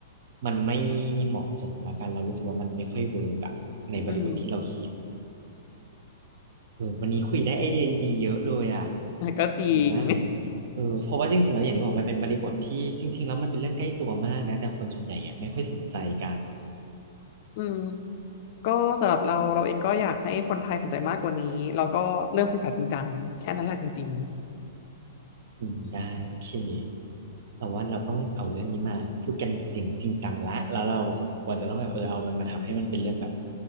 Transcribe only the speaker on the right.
มันไม่เหมาะสมละกันเรารู้สึกว่ามันไม่ค่อยเวิร์กอะในบริบทที่เราคิด
เออวันนี้คุยได้ไอเดียดีๆเยอะเลยอ่ะ
ดีมากเลยเออเพราะว่าจริงๆแล้วอย่างที่บอกมันเป็นบริบทที่จริงๆแล้วมันเป็นเรื่องใกล้ตัวมากนะแต่คนส่วนใหญ่ยังไม่ค่อยสนใจกัน
จริงได้โอเคเราว่าเราต้องเอาเรื่องนี้มาพูดกันอย่างจริงจังละแล้วเราควรจะต้องแบบเออเอามันมาทำให้มันเป็นเรื่องแบบ